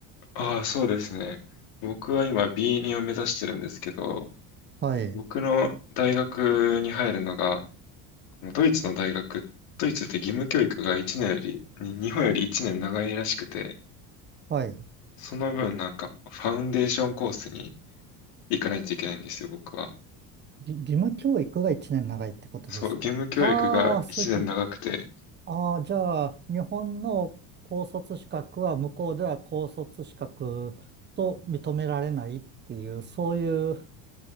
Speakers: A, on the left; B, on the right.
A: ああ、そうですね。僕は今 B2 を目指してるんですけど、
B: はい。
A: 僕の大学に入るのが、もうドイツの大学、ドイツって義務教育が1年より、に日本より1年長いらしくて、
B: はい。
A: その分なんかファウンデーションコースに行かないといけないんですよ、僕は。
B: ぎ義務教育が1年長いってことですか。
A: そう、義務教育が1年長くて、
B: ああー、そういうこああ、じゃあ、日本の高卒資格は向こうでは高卒資格と認められないっていう、そういう